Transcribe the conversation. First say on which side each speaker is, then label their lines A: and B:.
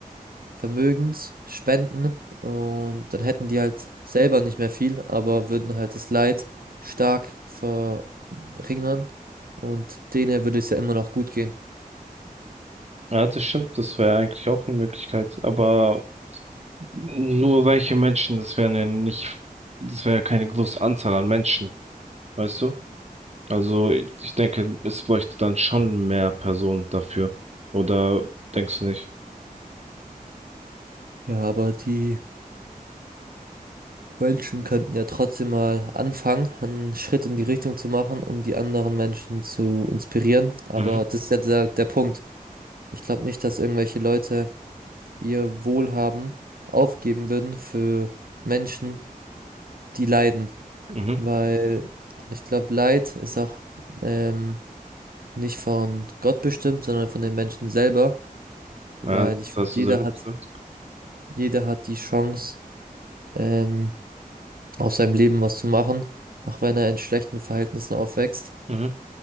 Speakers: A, on the right; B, on the right.
A: Vermögens spenden und dann hätten die halt selber nicht mehr viel, aber würden halt das Leid stark verringern und denen würde es ja immer noch gut gehen.
B: Ja, das stimmt, das wäre eigentlich auch eine Möglichkeit, aber nur reiche Menschen, das wären ja nicht, das wäre ja keine große Anzahl an Menschen, weißt du? Also ich denke, es bräuchte dann schon mehr Personen dafür. Oder denkst du nicht?
A: Ja, aber die Menschen könnten ja trotzdem mal anfangen, einen Schritt in die Richtung zu machen, um die anderen Menschen zu inspirieren. Aber
B: Mhm.
A: das ist ja der, der Punkt. Ich glaube nicht, dass irgendwelche Leute ihr Wohlhaben aufgeben würden für Menschen, die leiden.
B: Mhm.
A: weil ich glaube, Leid ist auch ähm, nicht von Gott bestimmt, sondern von den Menschen selber,
B: Ja,
A: weil
B: das
A: ich finde,
B: hast
A: jeder
B: du sehr gut
A: hat,
B: gesagt.
A: jeder hat die Chance, ähm, aus seinem Leben was zu machen. Auch wenn er in schlechten Verhältnissen aufwächst,
B: Mhm.